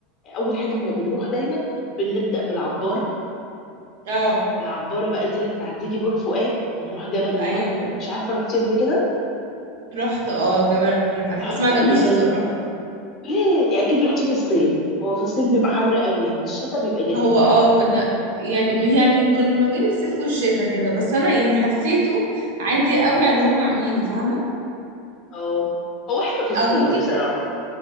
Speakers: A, on the left; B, on the right.
A: اول حاجه احنا بنروح دايما بنبدا بالعباره
B: اه
A: العباره بقى دي اللي بتعديكي بور فؤاد ونروح جبل الملح
B: ايوه
A: مش عارفه رحتي قبل كده
B: رحت اه جبل الملح
A: تحفه
B: بس ما
A: بقى
B: عجبنيش
A: جبل
B: الصراحة
A: المن ليه اكيد رحتي في الصيف هو في الصيف بيبقى حر قوي في الشتاء بيبقى جميل
B: هو اه كنا يعني يعني كنا ما بين الصيف والشتاء كده بس انا يعني حسيته عادي قوي على اللي هم عاملينه فاهمه
A: اه هو حلو في الصور
B: او ممكن
A: بصراحه